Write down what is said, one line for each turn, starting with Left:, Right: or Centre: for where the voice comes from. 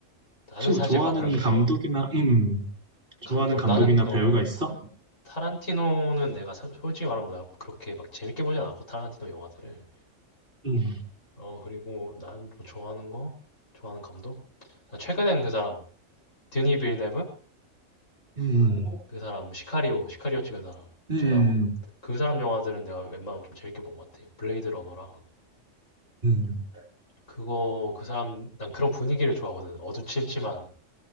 Left: 나는
Right: 혹시 뭐
Left: 사실
Right: 좋아하는
Left: 막 그렇게,
Right: 감독이나,
Left: 어,
Right: 음, 좋아하는
Left: 감독,
Right: 감독이나
Left: 나는, 어,
Right: 배우가 있어?
Left: 타, 타란티노는 내가 사- 솔직히 말하면 나 그렇게 막 재밌게 보진 않았고, 타란티노 영화들을.
Right: 음,
Left: 어, 그리고 난 좀 좋아하는 거? 좋아하는 감독? 나 최근엔 그 사람, 드니 빌네브?
Right: 음,
Left: 그 사람, 시카리오, 시카리오 찍은 사람,
Right: 음,
Left: 듄하고. 그 사람 영화들은 내가 웬만하면 좀 재밌게 본 것 같아. 블레이드 러너랑.
Right: 음.
Left: 그거, 그 사람, 난 그런 분위기를 좋아하거든. 어두침침한,